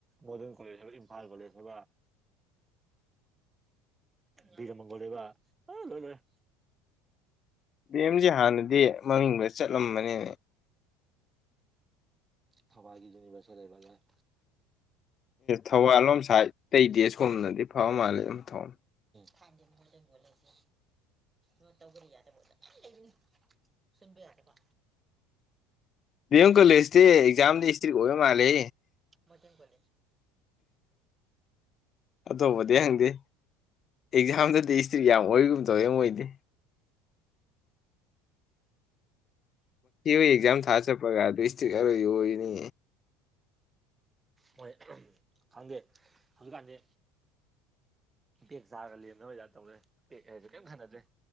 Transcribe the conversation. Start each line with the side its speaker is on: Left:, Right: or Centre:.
Right: ꯃꯣꯗꯔꯟ ꯀꯣꯂꯦꯖ ꯍꯥꯏꯕ ꯏꯝꯐꯥꯜ ꯀꯣꯂꯦꯖ ꯍꯥꯏꯕ ꯕꯤꯔ ꯃꯒꯣꯜ ꯂ‌ꯣꯏꯔ‌ꯦ
Left: ꯗꯦꯝ ꯖꯤ ꯍꯥꯟꯅꯗꯤ ꯃꯃꯤꯡꯒ ꯆꯠꯂꯝꯕꯅꯤ꯫
Right: ꯊꯕꯥꯏꯒꯤ ꯌꯨꯅꯤꯚꯔꯁꯦꯜ ꯂꯩꯕꯉꯅꯦ꯫
Left: ꯊꯧꯕꯥꯜꯂꯣꯝ ꯁꯥꯏꯠ ꯇꯩꯗꯤ ꯁꯣꯝꯅꯗꯤ ꯐꯕ ꯃꯥꯜꯂꯦ ꯑꯗꯨꯝ ꯊꯧ
Right: ꯊꯥꯟꯗꯦ ꯃꯣꯠꯂꯦ ꯃꯣꯠꯂꯁꯦ ꯅꯣ ꯇꯧꯕ꯭ꯔ ꯌꯥꯗꯕ ꯃꯣꯠꯂ ꯂꯩꯅꯤ꯫ ꯁꯤꯝꯕ ꯌꯥꯗꯕ
Left: ꯗꯤꯑ‌ꯦꯝ ꯀꯂꯦꯁꯇꯦ ꯑꯦꯛꯖꯥꯝꯗꯗꯤ ꯁꯇ꯭ꯔꯤꯛ ꯑꯣꯏꯕ ꯃꯥꯂꯦ
Right: ꯃꯊꯦꯡ ꯀꯂꯦ
Left: ꯑꯇꯧꯕꯗꯤ ꯍꯪꯗꯦ꯫ ꯑꯦꯛꯖꯥꯝꯗꯗꯤ ꯍꯤꯁꯇ꯭ꯔꯤ ꯌꯥꯝ ꯑꯣꯏꯒꯨꯝ ꯇꯧꯋꯦ ꯃꯣꯏꯗꯤ ꯑꯦꯛꯖꯥꯝ ꯊꯥ ꯆꯠꯄꯒ ꯑꯗꯨ ꯏꯁꯇ꯭ꯔꯤꯛ ꯑꯔ‌ꯣꯏꯕꯤ ꯑꯣꯏꯅꯤ꯫
Right: ꯍꯣꯏ ꯈꯪꯗꯦ ꯍꯪꯒꯥꯗꯦ ꯕꯦꯒ ꯆꯥꯔꯒ ꯂꯦꯝꯅꯕ ꯇꯥꯏꯞ ꯇꯧꯔꯦ ꯕꯦꯒ ꯍꯥꯏꯁꯦ ꯀꯦꯝ ꯈꯥꯟꯅꯗ꯭ꯔꯦ